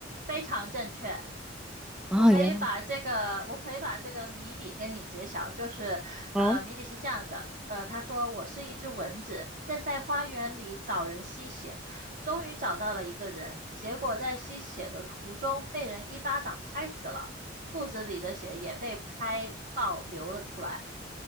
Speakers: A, on the right; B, in the centre.
A: 非常正确。
B: <laughs> 哦，
A: 我可以把这个，
B: 原来
A: 我可以把这个谜底跟你揭晓，就是，
B: 哦
A: 呃，谜底是这样的，呃，他说我是一只蚊子，正在花园里找人吸血，终于找到了一个人，结果在吸血的途中被人一巴掌拍死了，肚子里的血也被拍爆流了出来，